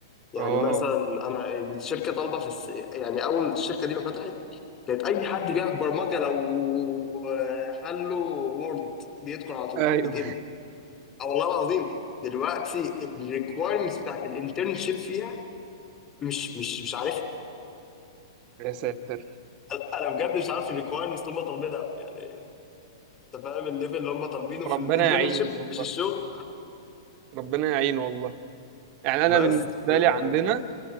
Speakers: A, on the left (about 25°); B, on the right (about 35°).
A: يعني
B: اه
A: مثلا أنا الشركة طالبة في الس... يعني أول الشركة دي ما فتحت كانت أي حد بيعرف برمجة لو آه، حله وورد بيدخل على طول
B: ايوه
A: بيتقبل أه والله العظيم دلوقتي الريكوايرمنتس بتاعت الانترنشيب فيها مش مش مش عارفها
B: <laughs> يا ساتر
A: <laughs> انا بجد مش عارف الريكوايرمنتس اللي هم طالبينها يعني انت فاهم الليفل اللي هم طالبينه في
B: ربنا
A: الانترنشيب
B: يعين والله
A: مش الشغل
B: ربنا يعين والله يعني انا
A: بس
B: بالنسبه
A: آه،
B: لي عندنا